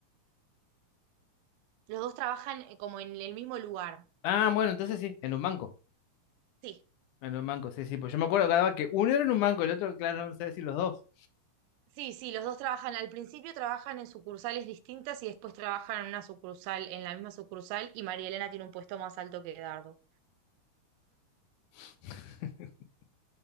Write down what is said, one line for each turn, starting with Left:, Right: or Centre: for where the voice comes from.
Right: Los dos trabajan eh, como en el mismo lugar.
Left: Ah, bueno, entonces sí, en un banco.
Right: Sí.
Left: En un banco, sí, sí. Pues yo me acuerdo cada vez que uno era en un banco, el otro, claro, no sé si los dos.
Right: Sí, sí, los dos trabajan, al principio trabajan en sucursales distintas y después trabajan en una sucursal, en la misma sucursal, y María Elena tiene un puesto más alto que Dardo.
Left: <laughs>